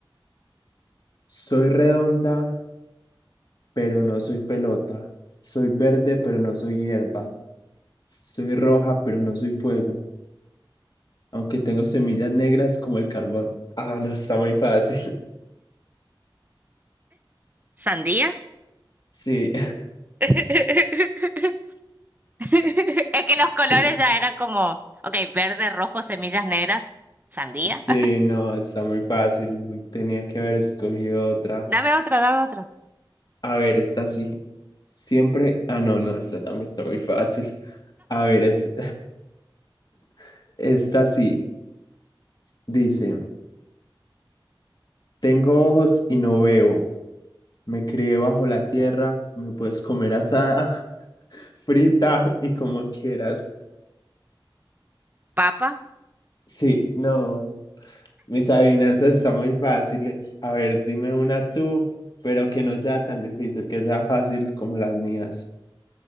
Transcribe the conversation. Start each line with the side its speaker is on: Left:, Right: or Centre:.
Left: soy redonda, pero no soy pelota. Soy verde, pero no soy hierba. Soy roja, pero no soy fuego. Aunque tengo semillas negras como el carbón. Ah, no, está muy fácil.
Right: ¿Sandía?
Left: <laughs> Sí.
Right: <laughs> Es que los
Left: <laughs>
Right: colores ya eran como, ok, verde, rojo, semillas negras, sandía.
Left: Sí, no, está muy fácil. Tenía que haber escogido otra.
Right: <laughs> Dame otra, dame otra.
Left: A ver, esta sí. Siempre. Ah, no, no, esta también está muy fácil. A ver, es- <laughs> esta sí. Dice: Tengo ojos y no veo. Me crié bajo la tierra. Me puedes comer asada, <laughs> frita y como quieras.
Right: Papa.
Left: Sí, no. Mis adivinanzas están muy fáciles. A ver, dime una tú, pero que no sea tan difícil, que sea fácil como las mías.